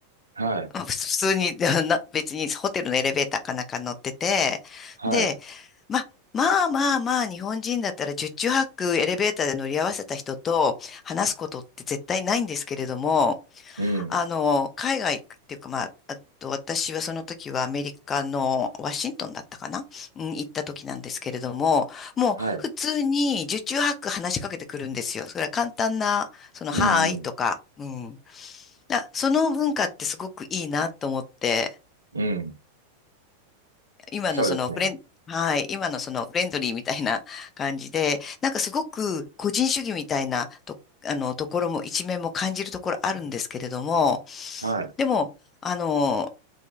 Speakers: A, on the right; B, on the left.
A: はい。
B: まあ普通に、<laughs> な別にホテルのエレベーターかなんか乗ってて、
A: はい。
B: で、ま、まあまあまあ、日本人だったら十中八九エレベーターで乗り合わせた人と話すことって絶対ないんですけれども、
A: うん。
B: あの、海外っていうか、まあ、あと私はその時はアメリカのワシントンだったかな、うん、行った時なんですけれども、もう普通に受注ハック話しかけてくるんですよ。
A: はい。
B: それは簡単な、その、
A: うんうん。
B: はーいとか、うん。だ、その文化ってすごくいいなと思って、
A: うん。
B: 今のそのフレン、
A: そうですね。
B: はい、今のそのフレンドリーみたいな感じで、なんかすごく個人主義みたいなと、あの、ところも一面も感じるところあるんですけれども、
A: はい。
B: でも、あの、